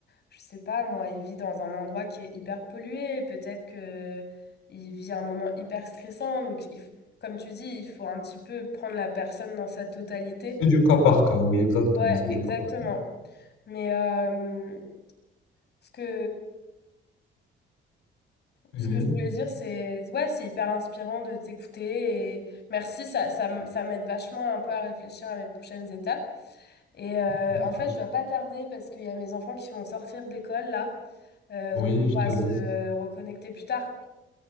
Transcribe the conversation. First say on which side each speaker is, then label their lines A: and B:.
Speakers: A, on the left; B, on the left.
A: je sais pas, moi, il vit dans un endroit qui est hyper pollué. Peut-être que il vit un moment hyper stressant. Donc, il f- comme tu dis, il faut un petit peu prendre la personne dans sa totalité.
B: C'est du cas par cas, oui, exactement,
A: Ouais,
B: c'est
A: exactement.
B: du cas par cas.
A: Mais euh, ce que
B: Mhm.
A: ce que je voulais dire, c'est ouais, c'est hyper inspirant de t'écouter et merci, ça, ça, m- ça m'aide vachement un peu à réfléchir à mes prochaines étapes. Et euh,
B: Merci.
A: en fait, je dois pas tarder parce qu'il y a mes enfants qui vont sortir d'école là, Euh,
B: Oui,
A: donc
B: je
A: on
B: te
A: va
B: laisse.
A: se reconnecter plus tard.